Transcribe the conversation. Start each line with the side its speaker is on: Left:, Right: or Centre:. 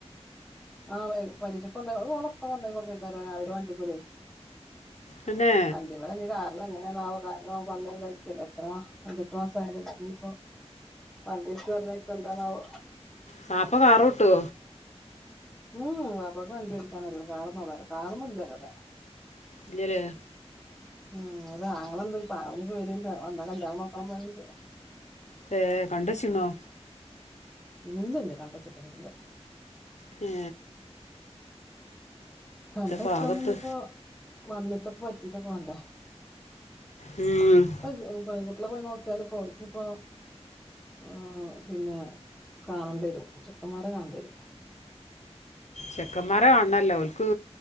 Centre: ആ് വെ പരീക്ഷിക്കണ്ടായി അഹ് ഓളെപ്പ കൊണ്ടാക്കി കൊടുക്കയിക്കാരും രാവിലെ വണ്ടിമല്
Left: പിന്നെ
Centre: അതെ ഇവിടെ ന്നി കാരണം എങ്ങനെയാവോ കാരണം പളേണ്ടായിരിക്കല്ല എത്ര അൻഎട്ട് മാസഅയതല്ലേ അപ്പോന്നിപ്പോ വണ്ടി വിളിച്ചു പറഞ്ഞൊക്കെ എന്താണാവോ
Left: വാപ്പ കാറ് ഓട്ടേ
Centre: ഉംഹ് വാപ്പക്ക് വണ്ടി ഓടിക്കാനരിള്ളൂ കാറൊന്നും, ഓടാൻനറി കാറന്നും ഇല്ല ഓലോടെ
Left: ഇല്ലല്ലേ
Centre: ഉം ഒരാങ്ങണ്ട്‌ ഒരു പാവൻ ഇപ്പ വരുണ്ട് വന്ന കല്യാണം നോക്കണം പരിണ്ട്
Left: ഏ കണ്ട്‌ വെച്ചിന്നോ
Centre: ഇല്ല ഇല്ല കണ്ട് വെച്ചട്ടൊന്നുല്ല
Left: ഹെ
Centre: കന്ക്കാൻ
Left: പാകത്ത്
Centre: ഇനിയിപ്പോ വന്നിട്ടൊക്കെ പറ്റീട്ടൊക്കെ വണ്ടേ
Left: ഉം
Centre: പ്പ പെൺ കുട്ടിളെ പോയി നോക്കിയാൽ ഇപ്പോ ഒൽക്ക് ഇപ്പോ ആ പിന്നെ കാണേണ്ടി വരും ചെക്കന്മാരെ കാണേണ്ടി വരും
Left: ചെക്കന്മാര കാണണല്ലോ ഒൽക്ക്